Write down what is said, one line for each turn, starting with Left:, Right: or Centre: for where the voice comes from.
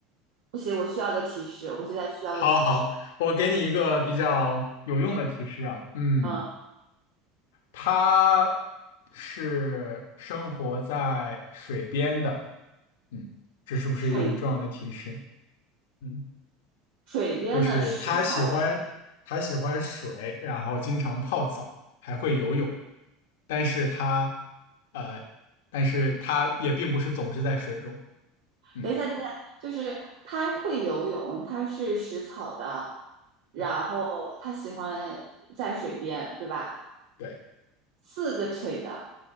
Right: 不行，我需要个提示，我现在需要个提示。
Left: 好好，我给你一个比较有用的提示啊，嗯，
Right: 嗯，
Left: 它是生活在水边的，嗯，这是不是一个很重要的提示？
Right: 水
Left: 嗯，
Right: 水边的食草类。
Left: 就是它喜欢它喜欢水，然后经常泡澡，还会游泳，但是它呃，但是它也并不是总是在水中，嗯，
Right: 等一下，等一下，就是它会游泳，它是食草的，然后它喜欢在水边，
Left: 对
Right: 对吧？
Left: 对。
Right: 四个腿的啊，